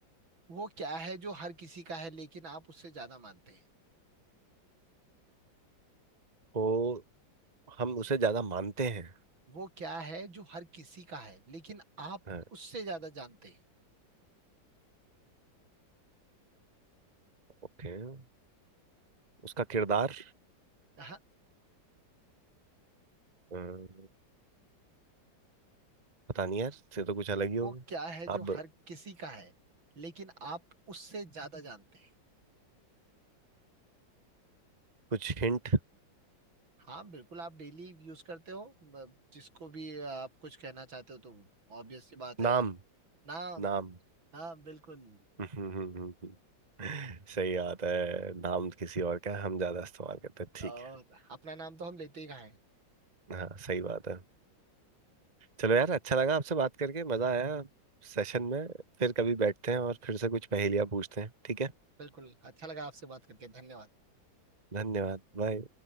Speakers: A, on the right (about 80°); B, on the right (about 20°).
A: वो क्या है जो हर किसी का है लेकिन आप उससे ज्यादा मानते हैं
B: तो हम उसे ज्यादा मानते हैं
A: वो क्या है जो हर किसी का है लेकिन आप
B: हाँ
A: उससे ज्यादा जानते हैं
B: ओके उसका किरदार
A: हाँ,
B: अम, पता नहीं यार से तो कुछ अलग ही हो
A: वो
B: गया
A: क्या है जो
B: अब
A: हर किसी का है लेकिन आप उससे ज्यादा जानते हैं
B: कुछ हिंट
A: हाँ बिल्कुल आप डेली यूज करते हो ब- जिसको भी आप कुछ कहना चाहते हो तो ऑब्वियस सी बात है
B: नाम
A: आप नाम
B: नाम
A: हाँ बिल्कुल
B: <laughs> सही बात है नाम किसी और का है, हम ज्यादा इस्तेमाल करते हैं ठीक
A: और
B: है
A: अपना नाम तो हम लेते ही कहाँ हैं
B: हाँ सही बात है चलो यार अच्छा लगा आपसे बात करके मजा आया सेशन में फिर कभी बैठते हैं और फिर से कुछ पहेलियां पूछते हैं ठीक है
A: बिल्कुल अच्छा लगा आपसे बात करके धन्यवाद
B: धन्यवाद बाय